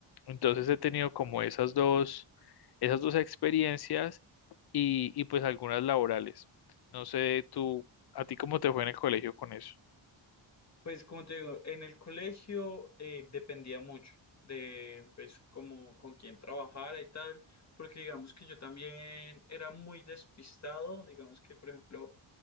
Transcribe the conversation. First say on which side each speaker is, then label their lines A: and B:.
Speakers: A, on the left; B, on the left.
A: Entonces he tenido como esas dos, esas dos experiencias y, y pues algunas laborales. No sé, tú, ¿a ti cómo te fue en el colegio con eso?
B: Pues como te digo, en el colegio eh, dependía mucho de pues como con quién trabajara y tal, porque digamos que yo también era muy despistado, digamos que por ejemplo